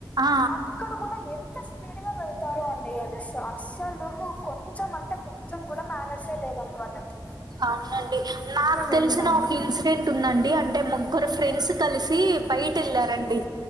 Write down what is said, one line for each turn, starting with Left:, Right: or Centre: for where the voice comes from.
Right: ఆ
Left: అక్కడ కూడా ఎ ఎంత స్పీడ్ గా వెళ్తారు అండి అస్సలు కొంచెం అంటే కొంచెం కూడా మానేస్సే లేద వాళ్లకి
Right: అవునండి నాకు
Left: వెళ్దాము
Right: తెలిసిన ఒక ఇన్సిడెంట్ ఉందండి అంటే ముగ్గురు ఫ్రెండ్స్ కలిసి బయి తిళ్లారండి